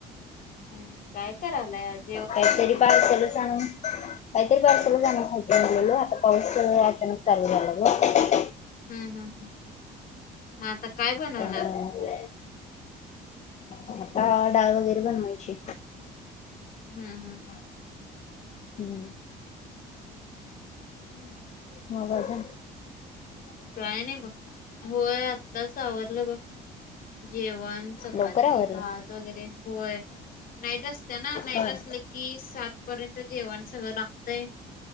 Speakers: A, on the left (about 60°); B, on the left (about 45°).
A: हम्म काय करालाय आज?
B: काहीतरी पावसाला सांगू. काहीतरी पावसाला आणुन खायच मनलेलो, आता पाऊस अचानक चालू झाला ग.
A: हम्म, हम्, हम् मग आता काय बनवणार?
B: त्यामुळं आता डाळ वगैरे बनवायची.
A: हम्म, हम्म.
B: हो ना.
A: हम्म.
B: मजाच्य
A: काय नाही बघ, होय आताच आवरलं बघ जेवण. चपाती
B: लवकर आवरलं
A: भात वगैरे होय. नाईट असते ना. नाईट
B: होय
A: असलं कि सात पर्यंत जेवण सगळं लागतय.